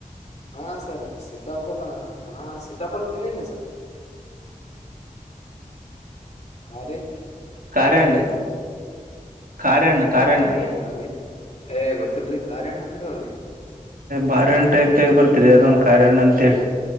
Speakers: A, on the left; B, on the right.
A: ಹಾ ಸರ ಸೀತಾಪಲ್ ಹ ಸೀತಾಪಲ್ ತಿಂದಿನ್ರಿ ಸರ್ ಹಾ ರೀ
B: ಕಾರ್ಯಣ್ಣ
A: ಯಾವದ್ರಿ
B: ಕಾರ್ಯಣ್ಣ ಕಾರ್ಯಣ್ಣ
A: ಕಾರ್ಯಣ್ರೀ ಏ ಗೊತ್ತಲ್ರರಿ ಕಾರ್ಯಾಣ ಅಂದ್ರ ಅವ್ರರಿ
B: ಬಾರಿಹಣ್ಣ ಟೈಪ್ ಬರ್ತರಿ ಅದೊ ಕಾರ್ಯಣ್ಣ ಅಂತ ಹೇಳಿ